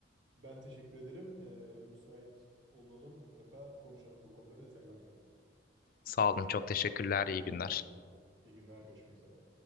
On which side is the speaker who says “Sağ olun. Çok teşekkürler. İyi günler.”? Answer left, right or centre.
Left